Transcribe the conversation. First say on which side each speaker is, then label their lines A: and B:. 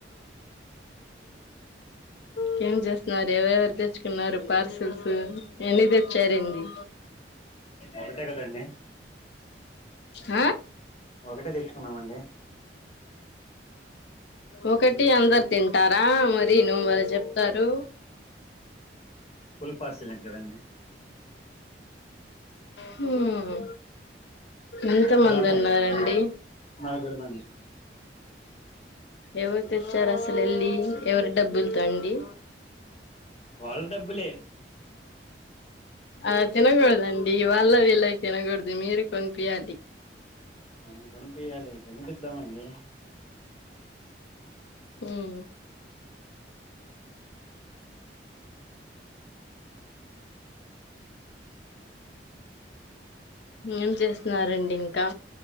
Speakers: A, on the left (about 75°); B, on the left (about 35°).
A: కేం జేస్తున్నారు ఎవరెవరు తెచ్చుకున్నారు పార్సిల్స్ ఎన్ని తెచ్చారేంది
B: ఒకటే కదండి
A: హ
B: ఒకటే తెచ్చుకున్నామండి
A: ఒకటి అందరు తిన్ తింటారా మరి నువ్వు మరీ జెప్తారు
B: ఫుల్ పార్సిల్ అండి ఇవన్నీ
A: హ్మ్ ఎంత
B: తలా
A: మంది
B: కొంచెం
A: ఉన్నారండి
B: నలుగురమండి
A: ఎవరు తెచ్చారు అసలు ఎల్లి ఎవరి డబ్బులతో అండి
B: వాళ్ళ డబ్బులే
A: అలా తినకూడదండి వాళ్ళవి వీళ్ళవి తినకూడదు మీరు కొన్పియాలి
B: మనం కొనిపియ్యాలి కొనిపిద్దాం అండి
A: మ్మ్ ఏం చేస్తున్నారండి ఇంకా